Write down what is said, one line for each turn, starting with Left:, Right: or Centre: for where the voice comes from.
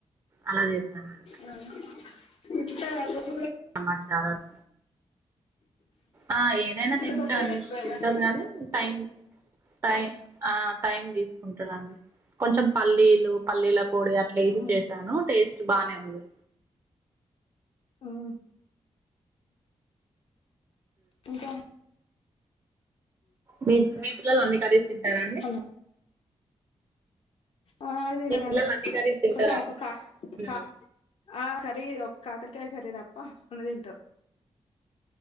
Right: అలా చేశాను.
Left: అవునా తింటారు అవి కూడా.
Right: సమాచారలు ఆహ్ ఏదైనా తింటాన్
Left: కొంచెం ఎక్కువగా
Right: తింటారు
Left: తిన
Right: కానీ టైం. టై ఆహ్ టైం తీసుకుంటాడండి కొంచెం పల్లీలు పల్లీల పొడి అట్లా వేసి
Left: ఉమ్,
Right: చేసాను టేస్ట్ బానే ఉంది.
Left: ఉమ్ ఇంకా
Right: మీ మీ పిల్లలు అన్ని కర్రీస్ తింటారా అండి.
Left: హలో ఆహ్ అన్ని తింటారు
Right: మీ పిల్లలు
Left: అండి
Right: అన్ని కర్రీస్ తింటారా
Left: కొంచెం
Right: అండి
Left: ఒక క
Right: మ్మ్
Left: క ఆహ్ కర్రీ ఒక కాకరకాయ కర్రీ తప్ప అన్ని తింటారు.